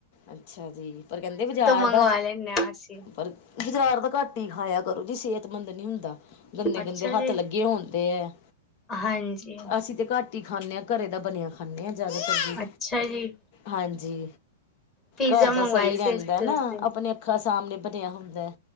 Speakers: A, on the left; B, on the left.
A: ਅੱਛਾ ਜੀ ਪਰ ਕਹਿੰਦੇ ਬਾਜ਼ਾਰ
B: ਮੰਗਵਾ
A: ਦਾ
B: ਲੈਂਨੇ ਆ ਅਸੀਂ।
A: ਪਰ ਬਾਜ਼ਾਰ ਤਾਂ ਘੱਟ ਹੀ ਖਾਇਆ ਕਰੋ ਜੀ ਸਿਹਤਮੰਦ ਨਹੀਂੀ ਹੁੰਦਾ ਗੰਦੇ
B: ਅੱਛਾ
A: ਗੰਦੇ
B: ਜੀ,
A: ਹੱਥ ਲੱਗੇ ਹੋਣਦੇ ਹੈ
B: ਹਾਂਜੀ,
A: ਅਸੀਂ ਤੇ ਘੱਟ ਰੋਟੀ ਖਾਂਦੇ ਹਾਂ ਘਰੇ ਦਾ ਬਣਿਆ ਖਾਂਦੇ ਹਾਂ ਜ਼ਿਆਦਾਤਰ ਵੀ
B: ਅੱਛਾ ਜੀ।
A: ਹਾਂਜੀ
B: ਪੀਜ਼ਾ
A: ਘਰ
B: ਮੰਗਵਾਏ
A: ਦਾ ਸਹੀ
B: ਸੀ
A: ਰਹਿੰਦਾ
B: ਅਸੀ ਤੇ
A: ਨਾ
B: ਓਸ ਦਿਨ।
A: ਆਪਣੇ ਅੱਖਾਂ ਸਾਹਮਣੇ ਬਣਿਆ ਹੁੰਦਾ